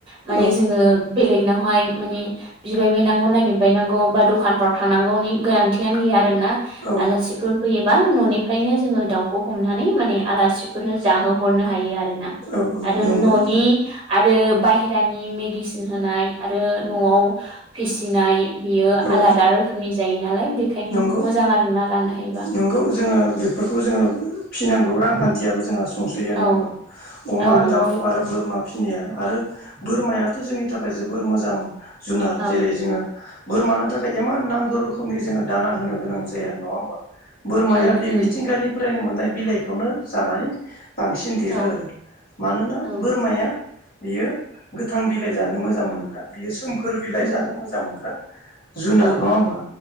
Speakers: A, on the right (about 25°); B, on the left (about 45°).
A: माने
B: औ
A: जोङो बेलेगनावहाय माने बिबाय बायनांगौ, नागिरबायनांगौ, बा दखानफ्राव थांनांगौनि गोनांथियानो गैया। आरोना
B: औ
A: आलासिफोर फैयोबा न'निफ्रायनो जोङो दाउखौ हमनानै माने आलासिफोरनो जाहोहरनो हायो आरोना।
B: औ
A: आरो
B: नंगौ
A: न'नि आरो बायहेरानि मेडिसिन होनाय आरो न'आव फिसिनाय। बियो आलादा
B: औ
A: रोखोमनि जायो नालाय बेखायनो
B: नंगौ
A: मोजां आरोना लानो हायोबा।
B: नंगौ जोङो बेफोरखौ जोङो फिनांगौ रांखान्थियाबो जोंहा संस्रियो नङा
A: औ
B: होमबा। अमा,
A: औ नंगौ
B: दाउ आरो बोरमा फिसिनाया आरो बोरमायाथ' जोंनि थाखाय जोबोर मोजां जुनार।
A: औ
B: जेरै जोङो बोरमानो थाखाय इमान नांगौ रोखोमनि जोङो दाना होनो गोनां जाया आरो नङा होमबा। बोरमाया
A: उम
B: बे
A: उम
B: मिथिंगानि फ्रायनो मोननाय बिलाइखौनो जानानै बांसिन देरो
A: औ
B: आरो। मानोना
A: औ
B: बोरमाया बियो गोथां बिलाइ जानो मोजां मोनग्रा। बियो सोमखोर बिलाइ
A: उम
B: जानो मोजां मोनग्रा। जुनार
A: औ
B: नङा होमबा।